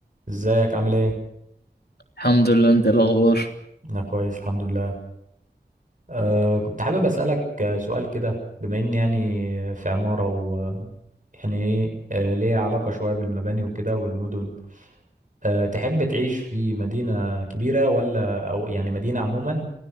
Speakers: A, on the right (about 45°); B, on the left (about 65°).
A: ازيك عامل ايه؟
B: الحمد لله انت ايه الاخبار
A: انا كويس الحمد لله أه كنت حابب اسألك آه، سؤال كده بما اني يعني في عمارة و يعني ايه أه ليه علاقة شوية بالمباني وكده والمدن أه تحب تعيش في مدينة كبيرة ولا او يعني مدينة عموما